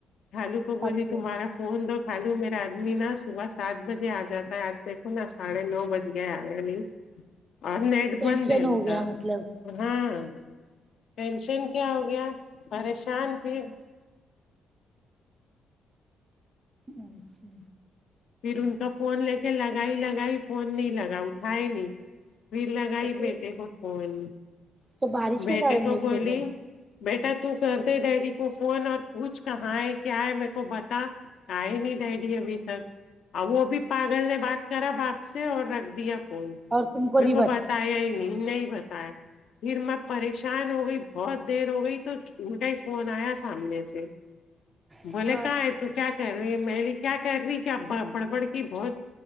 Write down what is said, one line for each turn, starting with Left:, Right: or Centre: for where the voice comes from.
Left: خالو کو بولی
Right: اب تو
Left: تمہارا فون دو خالو میرا آدمی نا صبح سات بجے آ جاتا ہے آج دیکھو نا ساڑھے نو بج گئے آیا نہیں نیٹ
Right: ٹینشن
Left: بند ہے ان
Right: ہو گیا
Left: کا
Right: مطلب
Left: ہاں ٹینشن کیا ہو گیا پریشان تھی
Right: اچھا
Left: پھر ان کا فون لے کے لگائی لگائی فون نہیں لگا اٹھائے نہیں پھر لگائی
Right: تو پھر
Left: بیٹے کو فون
Right: تو بارش
Left: بیٹے
Right: کے کارن
Left: کو
Right: لیٹ
Left: بولی
Right: ہو گیا
Left: بیٹا تو کر دے ڈیڈی کو فون اور پوچھ کہاں ہے کیا ہے مے کو بتا آئے نہیں ڈیڈی ابھی تک اور وہ ابھی پاگل نے بات کرا باپ سے اور رکھ دیا فون
Right: اور تم
Left: میرے
Right: نہیں
Left: کو بتایا ہی نہیں نہیں ہی بتایا پھر میں پریشان ہو گئی بہت دیر ہو گئی تو ان کا ہی فون آیا سامنے سے
Right: اچھا
Left: بولے کہاں ہے تو کیا کر رہی میں بولی کیا کر رہی کیا بڑبڑ کی بہت